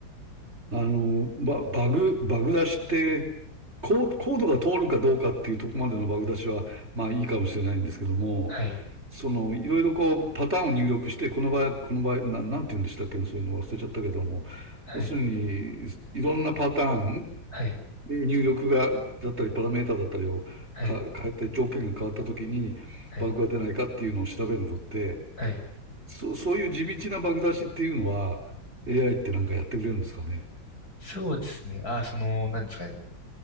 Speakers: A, on the right; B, on the left.
A: あの、バ、バグ、バグ出しって、コー、コードが通るかどうかっていうとこまでのバグ出しは、まあいいかもしれないんですけども、
B: はい。
A: その、いろいろこう、パターンを入力して、この場合、この場合、な、なんて言うんでしたっけね、そういうの忘れちゃったけども、
B: はい。
A: 要するに、いろんなパターン、
B: はい。
A: 入力が、だったり、パラメータだったりをか変えて、
B: はい。
A: 条件が変わったときに、
B: はい。
A: バグが出ないかっていうのを調べるのって、
B: はい。
A: そ、そういう地道なバグ出しっていうのは、AI ってなんかやってくれるんですかね。
B: そうですね。あ、その、なんですかね。